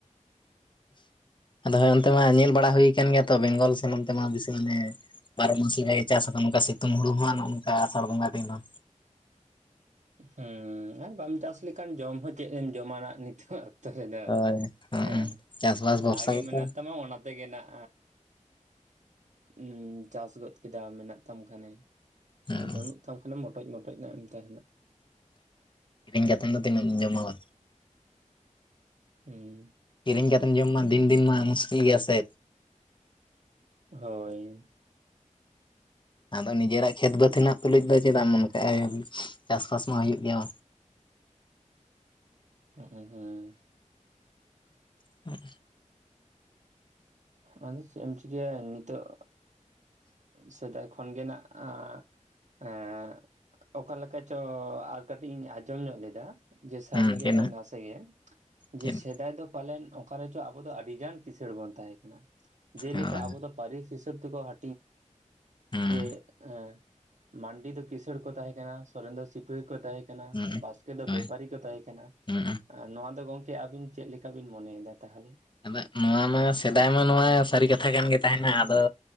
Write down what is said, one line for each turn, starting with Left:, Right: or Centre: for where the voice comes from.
Left: ᱟᱫᱚ ᱦᱮᱭ ᱚᱱᱛᱮ ᱢᱟ ᱧᱮᱞ ᱵᱟᱲᱟ ᱦᱩᱭ ᱠᱟᱱ ᱜᱮᱭᱟ ᱛᱚ ᱵᱮᱝᱜᱚᱞ ᱥᱮᱱ ᱚᱱᱛᱮ ᱢᱟ ᱫᱤᱥᱟᱢᱱᱮ ᱵᱟᱨᱚ ᱢᱟᱥᱤ ᱨᱮ ᱪᱟᱥ <inaudible> ᱱᱚᱝᱠᱟ ᱥᱤᱛᱩᱝ ᱦᱩᱲᱩ ᱦᱚᱸ ᱱᱚᱜᱼᱚ ᱱᱚᱝᱠᱟ ᱟᱥᱟᱲ ᱵᱚᱸᱜᱟ ᱫᱤᱱ ᱦᱚᱸ
Right: ᱦᱮᱸ ᱟᱨ ᱵᱟᱢ ᱪᱟᱥ ᱞᱮᱠᱷᱟᱱ ᱡᱚᱢ ᱦᱚᱸ ᱪᱮᱫ ᱮᱢ ᱡᱚᱢᱟᱟᱱᱟ ᱱᱤᱛᱚᱜ <inaudible> ᱨᱮᱫᱚ
Left: ᱦᱳᱭ ᱦᱚᱸᱜᱼᱚᱭ
Right: ᱦᱮᱸ
Left: ᱪᱟᱥᱵᱟᱥ ᱵᱷᱚᱨᱥᱟ
Right: ᱡᱟᱦᱟᱸ ᱜᱮ
Left: ᱜᱮᱛᱚ
Right: ᱢᱮᱱᱟᱜ ᱛᱟᱢᱟ ᱚᱱᱟ ᱛᱮᱜᱮᱱᱟᱜ ᱩᱸᱪᱟᱥ ᱜᱚᱫ ᱠᱮᱫᱟ ᱢᱮᱱᱟᱜ ᱛᱟᱢ ᱠᱷᱟᱱᱮ
Left: ᱦᱩᱸ
Right: ᱟᱨ ᱵᱟᱹᱱᱩᱜ ᱛᱟᱢ ᱠᱷᱟᱱᱮᱢ ᱢᱚᱴᱚᱡ ᱢᱚᱴᱚᱡ ᱱᱟᱜᱼᱮᱢ ᱛᱟᱦᱮᱸᱱᱟ
Left: ᱠᱤᱨᱤᱧ ᱠᱟᱛᱮᱱ ᱫᱚ ᱛᱤᱱᱟᱹᱜ ᱮᱢ ᱡᱚᱢᱟ ᱵᱟ
Right: ᱦᱩᱸ
Left: ᱠᱤᱨᱤᱧ ᱠᱟᱛᱮᱢ ᱡᱚᱢ ᱢᱟ ᱫᱤᱱ ᱫᱤᱱ ᱢᱟ ᱢᱩᱥᱠᱤᱞ ᱜᱮᱭᱟ ᱥᱮ
Right: ᱦᱳᱭ
Left: ᱟᱫᱚ ᱱᱤᱡᱮᱨᱟᱜ ᱠᱷᱮᱛ ᱵᱟᱹᱛ ᱦᱤᱱᱟᱜ ᱛᱩᱞᱩᱪ ᱫᱚ ᱪᱮᱫᱟᱜ ᱮᱢ ᱩᱱᱠᱟᱭ ᱪᱟᱥᱵᱟᱥ ᱢᱟ ᱦᱩᱭᱩᱜ ᱜᱮᱭᱟ
Right: ᱦᱸ ᱦᱩᱸ
Left: ᱦᱮᱸ
Right: ᱟᱫᱚ ᱪᱮᱫ ᱮᱢ ᱪᱤᱠᱟᱹᱭᱟ ᱱᱤᱛᱚᱜ ᱥᱮᱫᱟᱭ ᱠᱷᱚᱱ ᱜᱮ ᱱᱟᱜᱼᱟ ᱮᱸ ᱚᱠᱟ ᱞᱮᱠᱟ ᱪᱚ ᱟᱨ ᱠᱟᱹᱴᱤᱡ ᱤᱧ ᱟᱸᱡᱚᱢ ᱧᱚᱜ ᱞᱮᱫᱟ ᱡᱮ ᱥᱟᱹᱨᱤ
Left: ᱦᱩᱸ
Right: ᱜᱮ
Left: ᱪᱮᱫ ᱦᱟᱸᱜ
Right: ᱥᱮ ᱱᱟᱥᱮ ᱜᱮ ᱡᱮ
Left: ᱪᱮᱫ
Right: ᱥᱮᱫᱟᱭ ᱫᱚ ᱯᱟᱞᱮᱱ ᱚᱠᱟ ᱨᱮᱪᱚ ᱟᱵᱚ ᱫᱚ ᱟᱹᱰᱤ ᱜᱟᱱ ᱠᱤᱥᱟᱹᱬ ᱵᱚᱱ ᱛᱟᱦᱮᱸ ᱠᱟᱱᱟ ᱡᱮᱞᱮᱠᱟ
Left: ᱦᱳᱭ
Right: ᱟᱵᱚ ᱫᱚ ᱯᱟᱹᱨᱤᱥ ᱦᱤᱥᱟᱹᱵ ᱛᱮᱠᱚ ᱦᱟ
Left: ᱦᱩᱸ
Right: <unintelligible> ᱡᱮ ᱮ ᱢᱟᱱᱰᱤ ᱫᱚ ᱠᱤᱥᱟᱹᱲ ᱠᱚ ᱛᱟᱦᱮᱸ ᱠᱟᱱᱟ ᱥᱚᱨᱮᱱ ᱫᱚ ᱥᱤᱯᱟᱹᱦᱤ ᱠᱚ ᱛᱟᱦᱮᱸ ᱠᱟᱱᱟ
Left: ᱦᱩᱸ
Right: ᱵᱟᱥᱠ ᱫᱚ
Left: ᱦᱳᱭ
Right: ᱵᱮᱯᱟᱨᱤ ᱠᱚ ᱛᱟᱦᱮᱸ ᱠᱟᱱᱟ
Left: ᱦᱩᱸ
Right: ᱟᱨ ᱱᱚᱣᱟ ᱫᱚ ᱜᱚᱝᱠᱮ ᱟᱹᱵᱤᱱ ᱪᱮᱫ ᱞᱮᱠᱟ ᱵᱤᱱ ᱢᱚᱱᱮᱭᱮᱫᱟ ᱛᱟᱦᱞᱮ
Left: ᱟᱫᱚᱜ ᱱᱚᱣᱟ ᱢᱟ ᱥᱮᱫᱟᱭ ᱢᱟ ᱱᱚᱣᱟ ᱥᱟᱹᱨᱤ ᱠᱟᱛᱷᱟ ᱠᱟᱱ ᱜᱮ ᱛᱟᱦᱮᱸᱱᱟ ᱟᱫᱚ